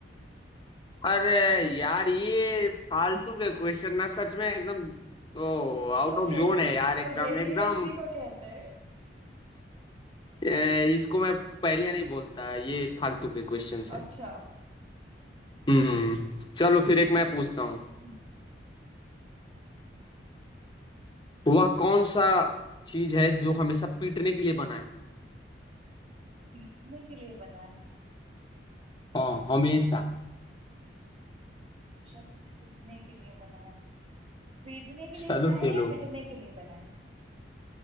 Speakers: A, on the left; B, on the right.
A: अरे यार ये फालतू के क्वेश्चन ना सच में एकदम ओ आउट
B: पहेल
A: ऑफ जोन है यार एकदम
B: पहेलिया
A: एकदम
B: इसी को कहते हैं
A: ए, इसको मैं पहेलियां नहीं बोलता ये फालतू के क्वेश्चंस
B: अच्छा
A: हैं हम्म चलो फिर एक मैं पूछता हूँ
B: हम्म,
A: वह कौन सा चीज है जो हमेशा पीटने के लिए बना है
B: पीटने के लिए बना है
A: हाँ हमेशा
B: अच्छा पीटने के लिए बना है पीटने के लिए
A: चलो
B: बना
A: फिर
B: है या पिटने के लिए बना है